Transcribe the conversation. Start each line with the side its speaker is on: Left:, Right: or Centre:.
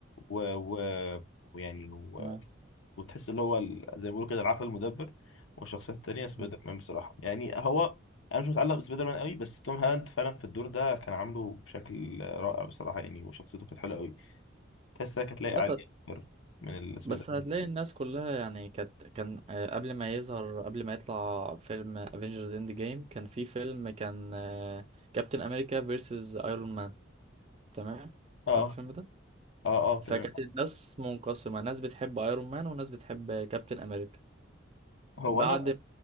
Left: و, و... ويعني
Right: تمام
Left: وتحس اللي هو ال- زي ما بيقولوا كده العقل المدبر والشخصيات التانية سبايدر
Right: مم.
Left: مان بصراحة يعني هو أنا مش متعلق بسبايدر مان قوي بس توم هالاند فعلا في الدور ده كان عامله بشكل رائع بصراحة يعني وشخصيته كانت حلوة قوي تحسها كانت لايقة
Right: لا
Left: عليه
Right: بس
Left: أكتر من السبايدر
Right: بس هتلاقي
Left: مان
Right: الناس كلها يعني كانت كان آه، قبل ما يظهر قبل ما يطلع فيلم افنجرز اند جيم كان في فيلم كان كابتن امريكا فيرسز ايرون مان تمام
Left: آه
Right: عارف الفيلم ده
Left: آه آه
Right: فكانت
Left: تمام
Right: الناس منقسمة ناس بتحب ايرون مان وناس بتحب كابتن امريكا
Left: هو
Right: بعد
Left: أنا